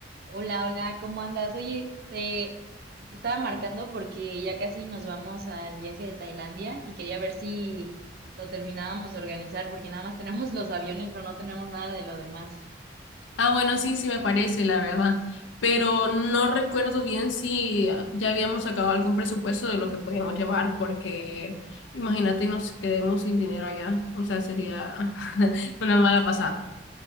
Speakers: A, on the right (about 55°); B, on the left (about 80°).
A: Hola, hola, ¿cómo andas? Oye, te, te estaba marcando porque ya casi nos vamos al viaje de Tailandia y quería ver si lo terminábamos de organizar porque nada más tenemos <laughs> los aviones, pero no tenemos nada de lo demás.
B: Ah, bueno, sí, sí me parece, la verdad. Pero no recuerdo bien si ya habíamos sacado algún presupuesto de lo que podíamos llevar, porque imagínate nos quedemos sin dinero allá. O sea, sería <laughs> una mala pasada.